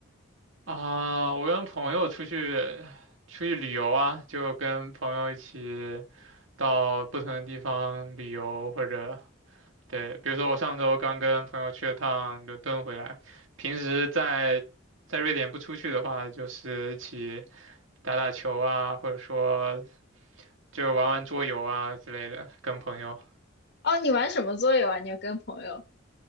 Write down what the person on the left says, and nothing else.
哦，你玩什么桌游啊？你跟朋友？